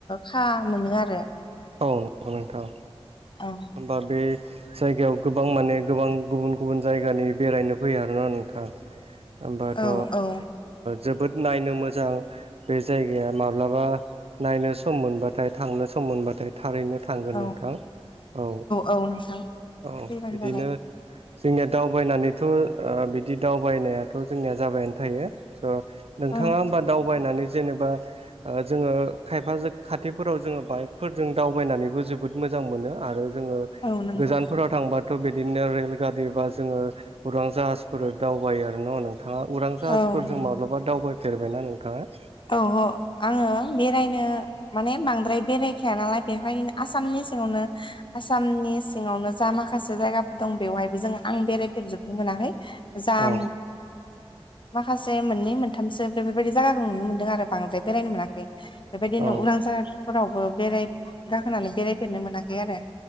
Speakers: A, on the left (about 55°); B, on the right (about 75°).
A: खा मोनो आरो
B: औ नंगौ नोंथां।
A: औ।
B: बा बे जायगायाव गोबां माने गोबां गुबुन गुबुन जायगानि बेरायनो फैयो आरोना नोंथां होमबाथ'
A: औ औ
B: जोबोद नायनो मोजां बे जायगाया माब्लाबा नायनो सम मोनबाथाय थांनो सम मोन। नाथाय थारैनो थांगोन
A: औ
B: नोंथां औ
A: औ नोंथां
B: औ
A: फैबानो
B: बिदिनो
A: जाबाय
B: जोंनिया दावबायनानैथ' बिदि दावबायनायाथ' जोंनिया जाबायानो थायो। नोंथाङा
A: औ
B: होमबा दावबायनानै जेनेबा जोङो खायफा खाथिफोराव जोङो बाइकफोरजों दावबायनानैबो जोबोद मोजां मोनो आरो जोङो
A: औ नंगौ
B: गोजान। फ्राव थांबाथ' बिदिनो रेल गारि बा जोङो उरां जाहाजफोर दावबायायो आरो न' नोंथां। नोंथाङा उरां जाहाजफोरजों
A: औ नंगौ
B: माब्लाबा दावबायफेरबायना नोंथाङा।
A: औ औ आङो बेरायनो माने बांद्राय बेरायखाया नालाय बेहायनोनो आसामनि सिङावनो आसामनि सिङावनो जा माखासे जायगाफोर दं बेवहायबो जों आं बेरायफेरजोबनो मोनाखै। जाम
B: औ
A: माखासे मोननै मोनथामसो बेफोरबायदि जायागाखौ नुनो मो दों आरो बांद्राय बेरायनो मोनाखै बेबायदिनो
B: औ
A: उरांजाहार फोरावबो बेराय गाखोनानै बेरायफेरनो मोनाखै आरो